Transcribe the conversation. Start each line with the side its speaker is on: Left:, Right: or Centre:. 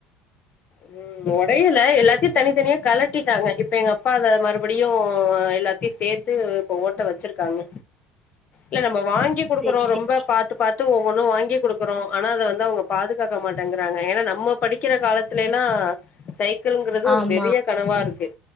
Left: உம் ஒடையல எல்லாத்தையு தனித்தனியா கலட்டிட்டாங்க இப்ப எங்க அப்பா அத மறுபடியு எல்லாத்தையு சேத்து இப்ப ஓட்ட வச்சிருக்காங்க இல்ல நம் வாங்கி குடுக்குறோ
Centre: சரி
Left: ரொம்ப
Centre: சரி
Left: பாத்து பாத்து ஒன்னு வாங்கி குடுக்குறோ ஆனா அத வந்து அவ்ங்க பாதுகாக்க மாட்டேங்கிறாங்க ஏனா நம்ம படிக்கிற காலத்லைலா சைக்கிள்ங்கிறது ஒரு
Centre: ஆமா
Left: பெரிய கனவா இருக்கு